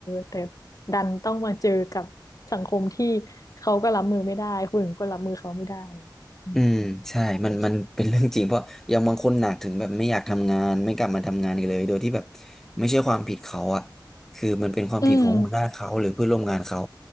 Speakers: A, on the left (about 45°); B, in the centre.
A: แต่ดันต้องมาเจอกับสังคมที่เขาก็รับมือไม่ได้คนอื่นก็รับมือเขาไม่ได้อืม
B: อืมใช่มันมันเป็นเรื่องจริงเพราะอย่างบางคนหนักถึงแบบไม่อยากทำงานไม่กลับมาทำงานอีกเลยโดยที่แบบ
A: น่าสงสาร
B: ไม่ใช่ความผิดเขาอะคือมันเป็นความผิดของหัวหน้าเขาหรือเพื่อนร่วมงานเขา
A: อืม